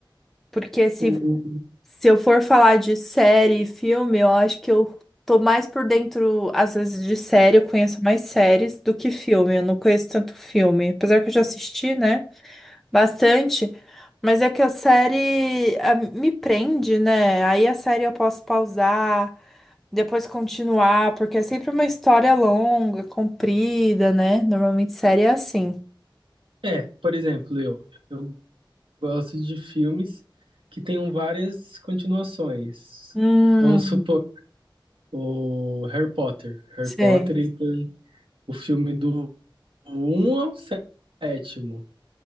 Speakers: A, in the centre; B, on the right.
A: Porque se,
B: Hum,
A: se eu for falar de série e filme, eu acho que eu tô mais por dentro, às vezes, de série, eu conheço mais séries do que filme. Eu não conheço tanto filme. Apesar que eu já assisti, né? Bastante, mas é que a série ah, me prende, né? Aí a série eu posso pausar, depois continuar, porque é sempre uma história longa, comprida, né? Normalmente série é assim.
B: É, por exemplo, eu, eu gosto de filmes que tenham várias continuações.
A: Hum,
B: Vamos supor, o Harry Potter. Harry
A: sei.
B: Potter, ele tem o filme do um ao sétimo.